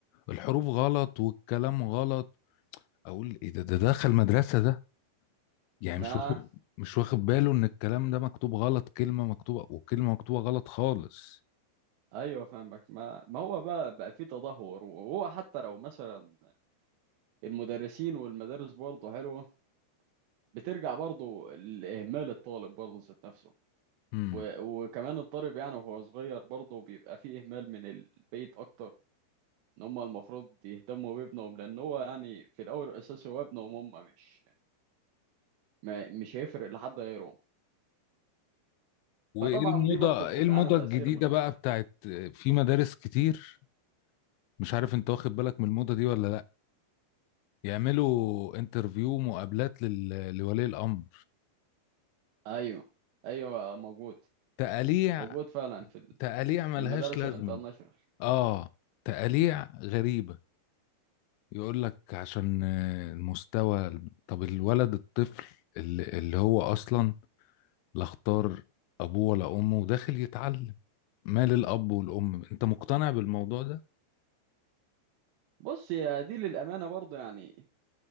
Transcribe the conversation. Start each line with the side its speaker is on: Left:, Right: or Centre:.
Left: الحروف غلط والكلام غلط اقول ايه ده ده دخل مدرسة ده يعني
Right: ما
Left: مش واخد مش واخد باله ان الكلام ده مكتوب غلط كلمة مكتوبة وكلمة مكتوبة غلط خالص
Right: ايوه فاهمك ما ما هو بقى بقى في تدهور وهو حتى لو مثلا المدرسين والمدارس برضه حلوة بترجع برضه لإهمال الطالب برضه ذات نفسه
Left: امم
Right: و... وكمان الطالب يعني وهو صغير برضه بيبقى فيه إهمال من البيت أكتر إن هما المفروض يهتموا بابنهم لأن هو يعني في الأول والأساس هو ابنهم هما مش ما مش هيفرق لحد غيرهم
Left: وايه
Right: فطبعا
Left: الموضة
Right: دي برضه بتبقى
Left: ايه الموضة
Right: عن تأثير
Left: الجديدة
Right: من الأسرة
Left: بقى بتاعت في مدارس كتير مش عارف انت واخد بالك من الموضة دي ولا لا يعملوا انترفيو مقابلات لل... لولي الامر
Right: أيوه أيوه موجود
Left: تقاليع
Right: موجود فعلا في ال-
Left: تقاليع ملهاش
Right: في المدارس
Left: لازمه
Right: الانترناشونال
Left: اه تقاليع غريبه يقول لك عشان آه، المستوى طب الولد الطفل اللي, اللي هو اصلا لا اختار ابوه ولا امه وداخل يتعلم مال الاب والام انت مقتنع بالموضوع ده
Right: بص يا دي للأمانة برضه يعني